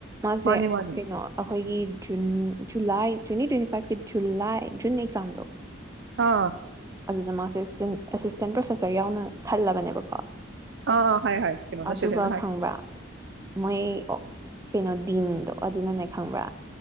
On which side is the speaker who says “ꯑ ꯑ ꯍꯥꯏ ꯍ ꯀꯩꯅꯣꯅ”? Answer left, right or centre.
Right